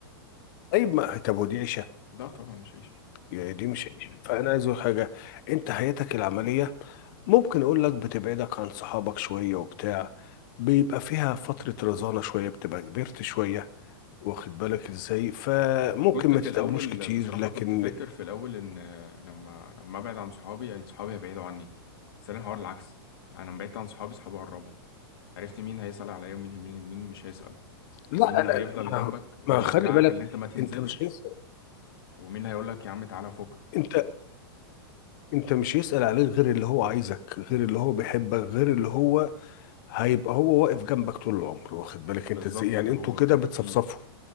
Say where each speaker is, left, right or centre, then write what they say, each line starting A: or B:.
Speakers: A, on the left; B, on the left.
A: طيب ما طب ودي عيشه
B: ده طبعا مش عيش
A: يعني دي مش فانا عايز اقول حاجه انت حياتك العمليه ممكن اقول لك بتبعدك عن صحابك شويه وبتاع بيبقى فيها فتره رزانه شويه بتبقى كبرت شويه واخد بالك ازاي فممكن
B: كنت
A: ما
B: في
A: تتقابلوش
B: الاول
A: كتير
B: بصراحة
A: لكن
B: كنت فاكر في الاول ان لما لما ابعد عن صحابي يعني صحابي هيبعدوا عني بس انا الحوار العكس انا لما بعدت عن صحابي صحابي قربوا عرفت مين هيسأل عليا ومين مين مين مش هيسأل
A: لا
B: مين
A: لا
B: اللي هيفضل
A: لا
B: جنبك
A: ما
B: ويشجعك
A: ما خلي بالك
B: اللي انت ما تنزلش
A: انت مش لسه
B: ومين هيقولك يا عم تعالى فكك
A: انت انت مش يسأل عليه غير اللي هو عايزك غير اللي هو بيحبك غير اللي هو هيبقى هو واقف جنبك طول العمر واخد بالك
B: بالظبط
A: انت ازاي يعني
B: اللي هو
A: انتوا كده
B: كان
A: بتصفصفوا
B: فيه